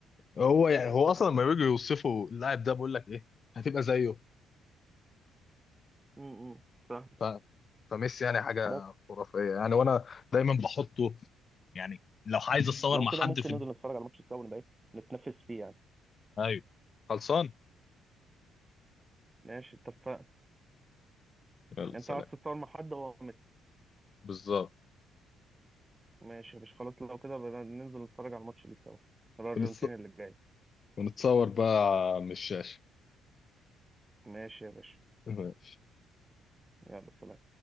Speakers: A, on the left; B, on the right.
A: هو يعني هو اصلا لما بيجوا يوصفوا اللاعب ده بيقول لك ايه هتبقى زيه
B: <laughs> امم فاهم
A: ف... فميسي يعني حاجه
B: بس
A: خرافيه يعني وانا دايما بحطه يعني لو عايز اتصور
B: لو
A: مع
B: كده
A: حد
B: ممكن
A: في
B: ننزل نتفرج على ماتش سوا ونبقى ايه نتنافس فيه يعني
A: ايوه خلصان
B: ماشي اتفقنا
A: يلا
B: يعني
A: سلام
B: انت عايز تتصور مع حد هو ميسي
A: بالظبط
B: ماشي مش خلاص لو كده بقى ننزل نتفرج على الماتش اللي سوا الارجنتين
A: ونتص...
B: اللي جاي
A: ونتصور بقى من الشاشه
B: ماشي يا باشا
A: <laughs>
B: يلا سلام